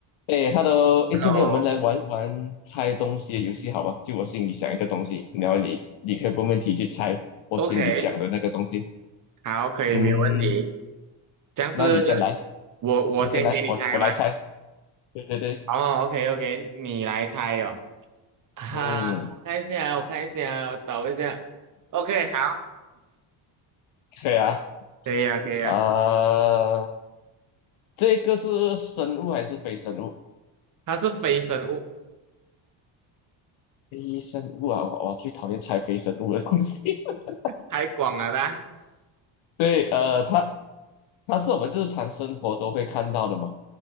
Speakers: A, on the left; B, on the right.
A: 哎，Hello，哎，今天我们来玩玩猜东西的游戏，
B: 哦
A: 好吧？就我心里想一个东西，然后你你可以问问题去猜我心里想的那个东西。
B: ，OK，好，可以，
A: 嗯，
B: 没有问题。这样是
A: 那你先来，
B: 我我先给你猜吗？
A: 你先来，我我来猜。对对对，
B: 哦，OK OK，你来猜哦。啊，
A: 嗯，
B: 我看一下，我看一下，我找一下。OK，好，
A: 可以啊。
B: 可以啊，可以啊。
A: 啊、这个是生物还是非生物？
B: 它是非生物，
A: 非生物啊，我我最讨厌猜非生物的东西。<laughs>
B: 太广了啦。
A: 对，呃，它它是我们日常生活都会看到的吗？